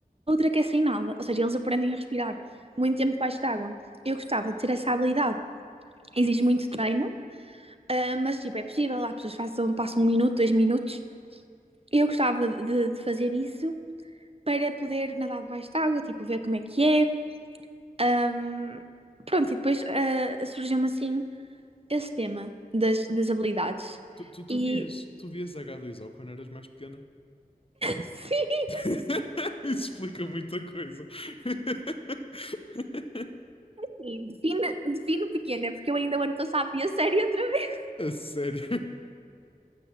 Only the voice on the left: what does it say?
Tu, tu, tu
vias, tu vias H2O quando eras mais pequena?
<laughs> Isso explica muita coisa. <laughs>
A sério.